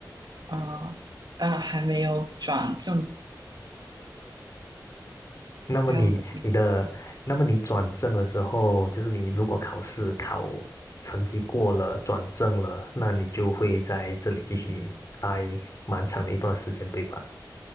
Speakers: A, on the right; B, on the left.
A: 啊，但还没有转正，
B: 那么你你的，
A: 还要有
B: 那么你转正了之后，就是你如果考试考成绩过了，转正了，那你就会在这里继续待蛮长的一段时间，对吧？